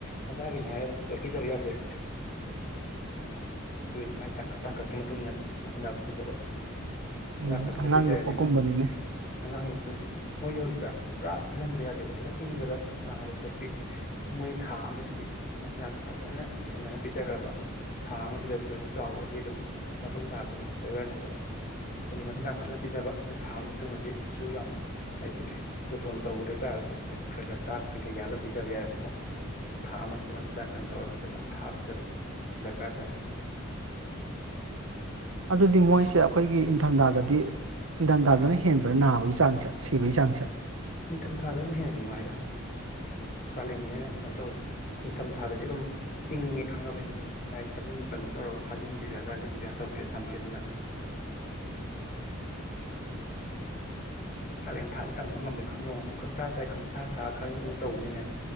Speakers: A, on the left; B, on the right.
A: ꯃꯆꯥꯒꯤꯅꯦ ꯍꯥꯏꯔꯒ ꯑꯗꯨꯝ ꯄꯨꯂꯞ ꯄꯤꯖꯕ ꯌꯥꯗꯦꯕ ꯑꯗꯨꯒꯤꯅꯤ ꯃꯥꯏ ꯇꯥꯡꯀꯛꯀꯤ ꯃꯇꯨꯡ ꯏꯟꯅ ꯃꯆꯤꯟꯖꯥꯛ ꯄꯤꯖꯕ ꯃꯆꯤꯟꯆꯥꯛ
B: ꯎꯝ
A: ꯐꯖꯅ
B: ꯑꯉꯥꯡ
A: ꯄꯤꯖꯔꯗꯤ
B: ꯌꯣꯛꯄꯒꯨꯝꯕꯅꯤꯅꯦ
A: ꯑꯗꯨꯝ ꯑꯉꯥꯡ ꯌꯣꯛꯄꯤꯅ ꯃꯣꯏꯗꯤ ꯍꯧꯖꯤꯛ ꯌꯥꯝ ꯄꯨꯔꯥ ꯏꯪꯍꯟꯕ ꯌꯥꯗꯦꯕ ꯈꯤꯇꯪ ꯏꯪꯕꯗ ꯅꯥꯕ ꯈꯣꯠꯄꯤ ꯃꯣꯏ ꯊꯥ ꯑꯃ ꯁꯤꯗꯤ ꯃꯆꯤꯟꯖꯥꯛꯁꯤ ꯐꯖꯅ ꯁꯦꯟꯅꯔ ꯄꯤꯖꯈ꯭ꯔꯕ ꯊꯥ ꯑꯃꯁꯤꯗ ꯂꯣꯏ ꯆꯥꯎꯈ꯭ꯔꯗꯤ ꯑꯗꯨꯝ ꯃꯇꯨꯡ ꯇꯥꯔꯛꯄ ꯑꯗꯨꯝ ꯐꯖꯈ꯭ꯔꯅꯦꯕ ꯑꯗꯣ ꯍꯥꯏꯗꯤ ꯃꯆꯤꯟꯖꯥꯛ ꯐꯖꯅ ꯄꯤꯖꯕ ꯑ ꯊꯥ ꯑꯃꯒꯤ ꯃꯇꯨꯡꯗꯗꯤ ꯀꯩꯁꯨ ꯌꯥꯝ ꯍꯥꯏꯕꯗꯤ ꯖꯣꯇꯣꯟ ꯇꯧꯗ ꯇꯥꯔꯒꯁꯨ ꯑꯗꯨꯝ ꯈꯔ ꯈꯔ ꯆꯥꯛ ꯀꯩꯀꯩ ꯌꯥꯜꯂꯒ ꯄꯤꯖꯕ ꯌꯥꯏꯔꯦꯕꯀꯣ ꯊꯥ ꯑꯃꯁꯤꯗ ꯃꯆꯤꯟꯖꯥꯛꯇꯪ ꯇꯧꯔ ꯐꯖꯅ ꯊꯥ ꯄꯤꯖꯕ ꯗꯔꯀꯥꯔ ꯇꯥꯏ
B: ꯑꯗꯨꯗꯤ ꯃꯣꯏꯁꯦ ꯑꯩꯈꯣꯏꯒꯤ ꯏꯪꯊꯝꯊꯥꯗꯗꯤ ꯏꯪꯊꯝꯊꯥꯗꯅ ꯍꯦꯟꯕ꯭ꯔꯥ ꯅꯥꯕꯒꯤ ꯆꯥꯡꯁꯦ ꯁꯤꯕꯒꯤ ꯆꯥꯡꯁꯦ
A: ꯅꯤꯡꯊꯝꯊꯥꯗ ꯑꯃꯨꯛ ꯍꯦꯟꯅ ꯅꯨꯡꯉꯥꯏꯗ ꯀꯥꯂꯦꯟꯗꯅꯦꯅꯦ ꯀꯩꯅꯣ ꯇꯧꯗꯦ ꯅꯤꯡꯊꯝ ꯊꯥꯗꯗꯤ ꯑꯗꯨꯝ ꯏꯪꯉꯦ ꯈꯪꯉꯕꯅꯤꯅ ꯑꯗꯨꯝ ꯀꯩꯅꯣ ꯇꯧꯔꯒ ꯈꯥꯖꯤꯟꯕꯤꯔꯒ ꯑꯗꯒꯤ ꯀꯩꯅꯣ ꯇꯧꯕꯤꯔ ꯊꯝꯕꯤꯔꯅꯤꯅ ꯀꯥꯂꯦꯟ ꯊꯥꯗꯤ ꯇꯝꯕ ꯉꯝꯗꯦ ꯈꯪ ꯅꯣꯡ ꯑꯃꯨꯛꯈ ꯇꯥ ꯇꯥꯏ ꯈꯪ ꯁꯥ ꯁꯥ ꯈꯪ ꯇꯧꯕꯅꯤꯅꯦ